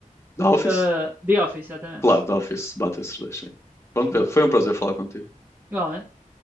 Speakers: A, on the left; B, on the right.
A: The Office?
B: ah, The Office, exatamente.
A: Claro, The Office, bate esses dois, sim. Pronto,
B: Excelente.
A: Pedro, foi um prazer falar contigo.
B: Igualmente.